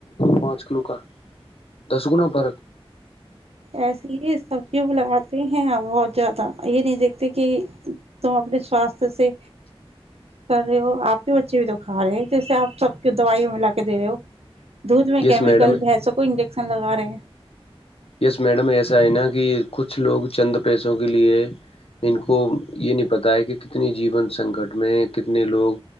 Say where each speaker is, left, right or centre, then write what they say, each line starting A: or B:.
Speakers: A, on the left; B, on the right.
A: پانچ کلو کا دس گنا پر
B: ایسی ہے اس سبزیوں لگاتے ہیں بہت زیادہ یہ نہیں دیکھتے کہ تو اپنے ساستے سے کر رہے ہو اپ بھی بچے بھی دکھا رہے ہیں جیسے اپ سب کی دوائی ملا کے دے رہے ہو دودھ میں
A: یس
B: کیمیکل
A: میڈم
B: بھینسوں کو انڈکس لگا رہے ہیں
A: اس میڈ میں کی کچھ لوگ چند پیسوں کے لیے ان کو یہ نہیں پتہ ہے کہ کتنی جیون سنکٹ میں کتنے لوگ